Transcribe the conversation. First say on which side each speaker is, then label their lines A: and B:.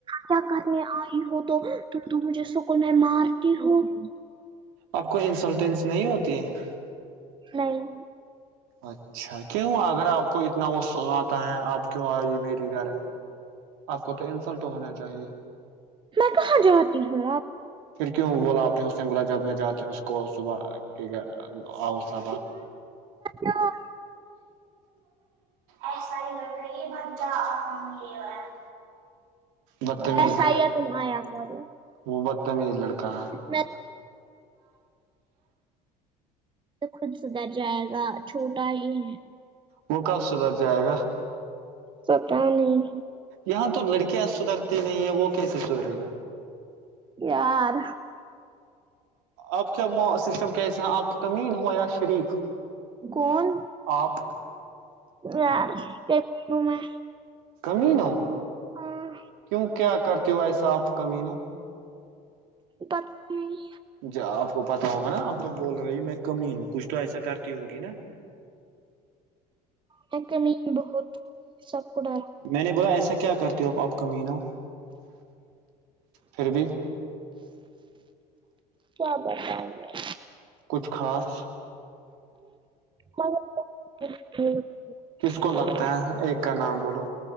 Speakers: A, on the right (about 25°); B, on the right (about 70°).
A: کیا کرنے آئی ہو تو تو مجھے سک میں مار <unintelligible> کہ ہوو <unintelligible>
B: آپ کو انسلٹینس نہیں ہوتی ہے <unintelligible>
A: نہیں
B: اچھا کیوں اگر آپ کو اتنا وہ س آتا ہے آپ کیوں آئی میری گھر آپ کو تو انسلٹ ہونا چاہیے
A: میں کہاں جاتی ہوں آپ
B: پھر کیوں بلاپتے ہیں اس نے بولا جب میں جاتی ہوں اس کو صبح ٹھیک ہے اوسطا
A: یار
B: ایسا ہی کرتا یہ مہام یہ ہو بتمیز
A: ایسا ہی ہے تم آیا کرو
B: وہ بد تمیز لڑکا
A: میں تو خود سدھر جائے گا چھوٹا ہی ہے
B: وہ کب سدھر جائے گا
A: ستا نہیں
B: یہاں تو لڑکیاں سدھرتی نہیں ہے وہ کیسے سدھرے گا
A: یار
B: آپ کا سسٹم کیا ایس آپ کا مین ہو یا شریف
A: کون
B: آپ
A: یار کی ن میں
B: کمینو
A: ہاں،
B: کیوں کیا کرتے ہو ایسا آپ کمینو
A: پتا نہیں
B: جان آپ کو پتا ہوگا نا آپ تو بول رہی میں کمین ہوں کچھ تو ایسا کرتی ہوگی نا
A: میں کمینی بہت ہوں سب کو ڈراتی
B: میں نے بولا ایسا کیا کرتی ہو آپ کمین ہو پھر بھی
A: کیا بتاؤں یار
B: کچھ خاص
A: <unintelligible>
B: کس کو لگتا ہے ایک کا نام بولو